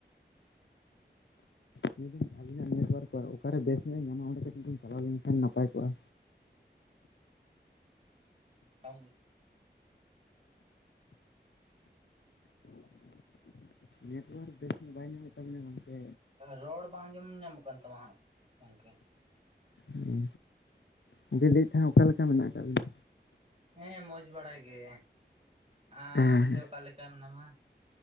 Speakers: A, on the left; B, on the right.
A: ᱢᱮᱱ ᱫᱟᱹᱧ ᱟᱵᱤᱱᱟᱜ ᱱᱮᱴᱣᱟᱨᱠ ᱠᱚ ᱚᱠᱟ ᱨᱮ ᱵᱮᱥ ᱧᱚᱜ ᱧᱟᱢᱟ ᱚᱸᱰᱮ ᱠᱟᱹᱴᱤᱡ ᱵᱤᱱ ᱪᱟᱞᱟᱣ ᱞᱮᱱᱠᱷᱟᱱ ᱱᱟᱯᱟᱭ ᱠᱚᱜ-ᱟ
B: ᱵᱟᱝ ᱵᱩᱡ
A: ᱱᱮᱴᱣᱟᱨᱠ ᱵᱮᱥ ᱧᱚᱜ ᱵᱟᱭ ᱧᱟᱢᱮᱫ ᱛᱟᱵᱮᱱᱟ ᱜᱚᱝᱠᱮ
B: ᱨᱚᱲ ᱵᱟᱝ ᱟᱸᱡᱚᱢ ᱧᱟᱢᱚᱜ ᱠᱟᱱ ᱛᱟᱢᱟ ᱦᱟᱸᱜ ᱜᱚᱝᱠᱮ
A: ᱦᱩ ᱜᱚᱝᱠᱮ ᱟᱫᱚ ᱞᱟᱹᱭᱮᱫ ᱛᱟᱦᱮᱱ ᱚᱠᱟ ᱞᱮᱠᱟ ᱢᱮᱱᱟᱜ ᱟᱠᱟᱫ ᱵᱤᱱᱟ
B: ᱦᱮᱸ ᱢᱚᱸᱡᱽ ᱵᱟᱲᱟ ᱜᱮ ᱟᱢᱜᱮ
A: ᱦᱮᱸ
B: ᱚᱠᱟ ᱞᱮᱠᱟ ᱢᱮᱱᱟᱢᱟ